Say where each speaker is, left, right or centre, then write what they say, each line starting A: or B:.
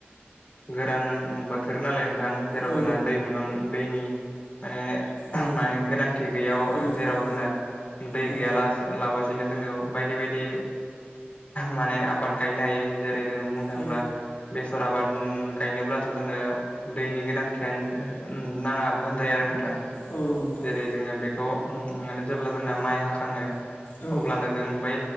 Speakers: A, on the left (about 35°); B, on the left (about 75°).
A: गोदान बोथोर नालाय नोंथां। जेराव
B: औ
A: जोंना दै बिबां दैनि माने
B: औ
A: माने गोनांथि गैयाव
B: गोनांथि
A: जेराव जोंना दै
B: औ
A: गैयाला लाबासिनो जोङो बायदि बायदि माने आबाद गायनो हायो जेरै जोङो बुंनो थाङोब्ला
B: औ
A: बेसर आबाद गायनोब्लाथ' जोंनो दैनि गोनांथियानो नाङाबो होनजायो आरो नोंथां।
B: औ औ नोंथां
A: जेरै जोङो बेखौ माने जेब्ला जोंना माइ हाखाङो
B: औ
A: अब्लानो जों बै